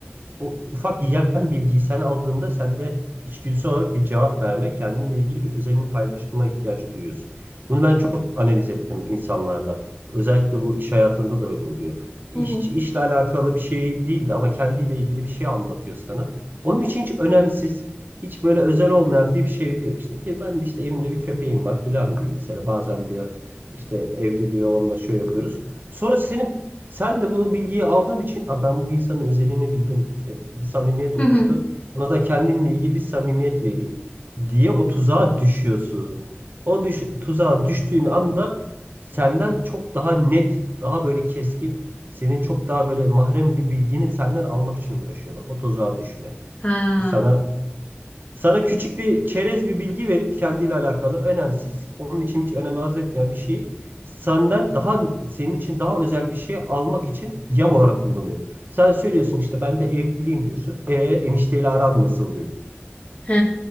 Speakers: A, on the right (about 50°); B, on the left (about 30°).
A: o ufak yem bilgiyi sen aldığında sende içgüdüsel olarak bir cevap verme, kendinle ilgili bir özelini paylaştırma ihtiyacı duyuyorsun. Bunu ben çok analiz ettim insanlarda. Özellikle bu iş hayatında da öyle oluyor. İş,
B: Hı hı.
A: işle alakalı bir şey değildi ama kendiyle ilgili bir şey anlatıyor sana. Onun için hiç önemsiz, hiç böyle özel olmayan bir şey diyor. İşte diyor, ben de işte evimde bir köpeğim var filan diyor. Mesela bazen diyor işte evde diyor onunla şöyle yapıyoruz. Sonra senin sen de bu bilgiyi aldığın için "Aa, ben bu insanın özelliğini bildim. E, Bir samimiyet
B: Hı
A: oluştu.
B: hı.
A: Ona da kendimle ilgili bir samimiyet vereyim diye o tuzağa düşüyorsun. O düş tuzağa düştüğün anda senden çok daha net, daha böyle keskin, senin çok daha böyle mahrem bir bilgini senden almak için uğraşıyor. Bak o tuzağa düşme.
B: Ha.
A: Bu sana sana küçük bir çerez bir bilgi verip kendiyle alakalı önemsiz, onun için hiç önem arz etmeyen bir şeyi senden daha senin için daha özel bir şey almak için yem olarak kullanıyor. Sen söylüyorsun işte ben de evliyim diyorsun. E enişteyle aran nasıl diyor.
B: He,